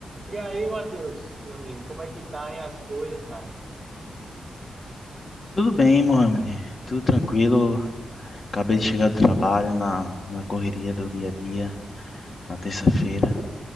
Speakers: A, on the right (about 25°); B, on the left (about 45°).
A: E aí, Matheus, meu amigo, como é que tá aí as coisas, cara?
B: Tudo bem, Mohamed. Tudo tranquilo. Acabei de chegar do trabalho na, na correria do dia a dia, na terça-feira.